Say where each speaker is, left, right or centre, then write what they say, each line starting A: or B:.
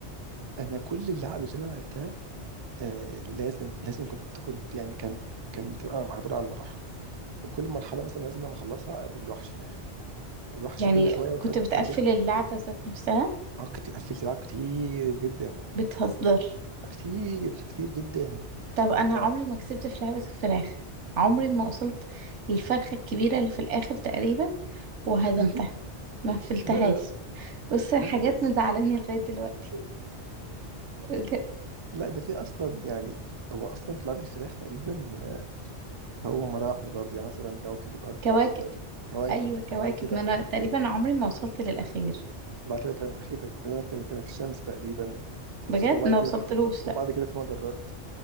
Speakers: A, on the right; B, on the right.
A: أنا كل اللعب اللي أنا لعبتها آه، لازم لازم كنت كنت يعني كان كانت بتبقى عبارة عن مراحل وكل مرحلة مثلا لازم لما أخلصها أقابل الوحش في الآخر والوحش
B: يعني
A: كل شوية
B: كنت
A: كان
B: بتقفل
A: كان بيبقى
B: اللعبة ذات نفسها
A: اه كتير قفلت ألعاب كتير جدا
B: بتهزر
A: كتير كتير جدا
B: طب انا
A: ده
B: عمري ما كسبت في لعبة الفراخ عمري ما وصلت للفرخة الكبيرة اللي في الاخر تقريبا وهزمتها
A: <laughs>
B: ما فلتهاش
A: لا لا
B: بص الحاجات
A: لا لا ده
B: مزعلاني لغاية دلوقتي بجد.
A: لا ده في أصلا يعني هو أصلا في لعبة الفراخ تقريبا آه، هو مراحل برضه يعني مثلا كوكب الأرض
B: كواكب
A: بعد كده الكواكب
B: ايوه كواكب
A: وبعد كده
B: ما انا تقريبا عمري ما وصلت للاخير
A: وبعد كده كان أخيرا تقريبا كانت كانت الشمس تقريبا
B: بجد
A: وبعد
B: ما
A: كده
B: وصلتلوش
A: وبعد
B: لا
A: كده في مجرات